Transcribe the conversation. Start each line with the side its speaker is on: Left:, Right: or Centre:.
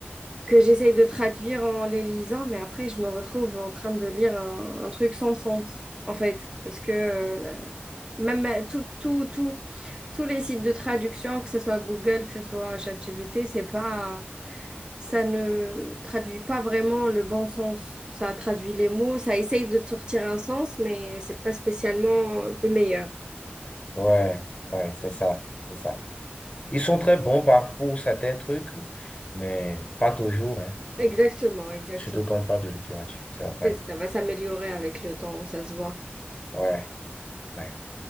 Right: que j'essaye de traduire en les lisant, mais après, je me retrouve en train de lire un, un truc sans sens, en fait, parce que euh, même euh, tout, tout, tout, tous les sites de traduction, que ce soit Google, que ce soit ChatGPT, c'est pas, ça ne traduit pas vraiment le bon sens. Ça traduit les mots, ça essaye de te sortir un sens, mais c'est pas spécialement le meilleur.
Left: Ouais, ouais, c'est ça, c'est ça. Ils sont très bons par, pour certains trucs, mais pas toujours, hein, pour-
Right: Exactement, exactement.
Left: surtout quand on parle de littérature, c'est vrai.
Right: Ça va s'améliorer avec le temps, ça se voit.
Left: Ouais, ouais.